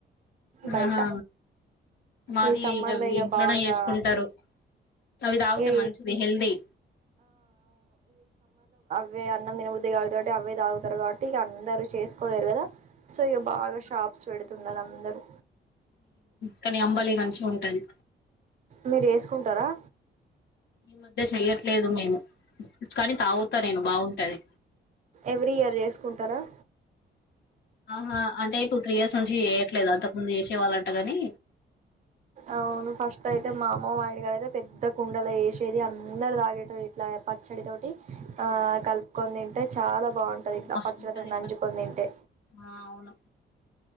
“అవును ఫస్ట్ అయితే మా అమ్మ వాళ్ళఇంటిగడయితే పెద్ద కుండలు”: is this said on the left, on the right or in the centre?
Right